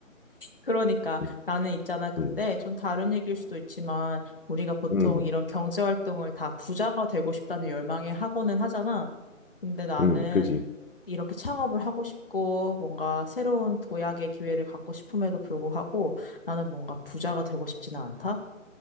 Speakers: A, on the left; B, on the left.
A: 그러니까
B: 응,
A: 나는 있잖아. 근데
B: 응,
A: 좀 다른 얘기일 수도 있지만 우리가 보통
B: 응,
A: 이런 경제 활동을 다 부자가 되고 싶다는 열망에 하고는 하잖아. 근데 나는
B: 응, 그지.
A: 이렇게 창업을 하고 싶고 뭔가 새로운 도약의 기회를 갖고 싶음에도 불구하고 나는 뭔가 부자가 되고 싶지는 않다.